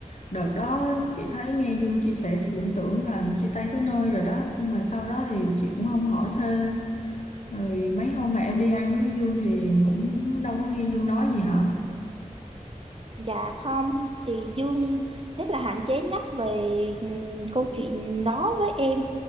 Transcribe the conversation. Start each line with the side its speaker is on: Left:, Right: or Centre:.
Left: đợt đó chị thấy nghe Dương chia sẻ chị cũng tưởng là chia tay tới nơi rồi đó nhưng mà sau đó thì chị cũng không hỏi thêm rồi mấy hôm mà em đi ăn với Dương thì cũng đâu có nghe Dương nói gì hả
Right: Dạ không, thì Dương rất là hạn chế nhắc về ừm, câu chuyện đó với em.